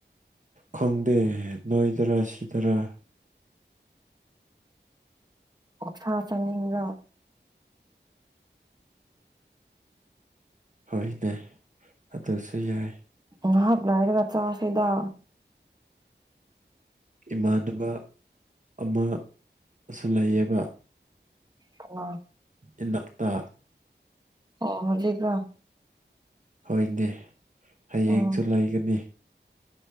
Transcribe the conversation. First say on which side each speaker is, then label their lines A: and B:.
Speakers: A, on the right; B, on the right.
A: ꯈꯪꯗꯦ ꯅꯣꯏꯒꯔ ꯁꯤꯗꯔ
B: ꯑꯣꯛꯁꯥ ꯆꯥꯅꯤꯡꯕ꯭ꯔꯣ
A: ꯍꯣꯏꯅꯦ ꯑꯗꯨꯁꯨ ꯌꯥꯏ
B: ꯉꯍꯥꯛ ꯂꯩꯔꯒ ꯆꯥꯁꯦꯗ
A: ꯏꯃꯥꯟꯅꯕ ꯑꯃꯁꯨ ꯂꯩꯌꯦꯕ
B: ꯀꯅꯥ
A: ꯏꯅꯥꯛꯇꯥ
B: ꯑꯣ ꯍꯧꯖꯤꯛꯔꯣ
A: ꯍꯣꯏꯅꯦ ꯍꯌꯦꯡꯁꯨ
B: ꯎꯝ
A: ꯂꯩꯒꯅꯤ